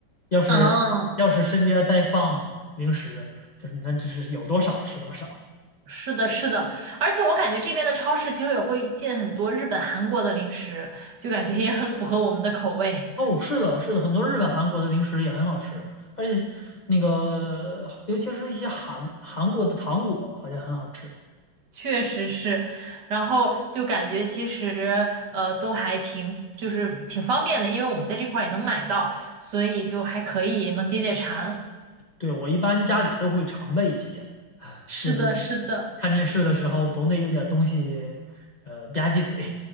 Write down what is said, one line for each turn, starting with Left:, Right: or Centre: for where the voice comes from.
Left: 要是要是身边儿再放零食，
Right: 嗯，
Left: 就是你看这是有多少吃多少。
Right: 是的，是的，而且我感觉这边的超市其实也会进很多日本、韩国的零食，就感觉也很符合我们的口味，
Left: 哦，是的，是的，很多日本、韩国的零食也很好吃，而且那个尤其是一些韩韩国的糖果好像很好吃。
Right: 确实是。然后就感觉其实呃都还挺就是挺方便的，因为我们在这块儿也能买到，所以就还可以能解解馋。
Left: 对，我一般家里都会常备一些，
Right: 是的，
Left: 就是
Right: 是的。
Left: 看电视的时候总得有点儿东西，呃，吧唧嘴。